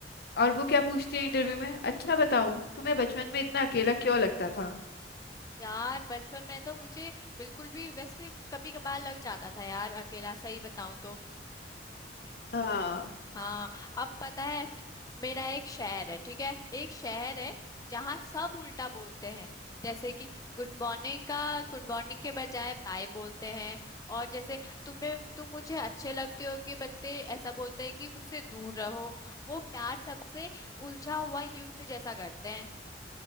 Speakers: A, on the left; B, on the left.
A: और वो क्या पूछती है इंटरव्यू में अच्छा बताओ तुम्हें बचपन में इतना अकेला क्यों लगता था
B: यार बचपन में तो मुझे बिल्कुल भी वैसे कभी कभार लग जाता था यार अकेला सही बताऊं तो
A: हाँ
B: हाँ अब पता है मेरा एक शहर है ठीक है एक शहर है जहाँ सब उल्टा बोलते हैं जैसे कि गुड मॉर्निंग का गुड मॉर्निंग के बजाय बाय बोलते हैं और जैसे तुम्हें तुम मुझे अच्छे लगते हो के बदले ऐसा बोलते हैं कि मुझसे दूर रहो वो प्यार सबसे उलझा हुआ युद्ध जैसा करते हैं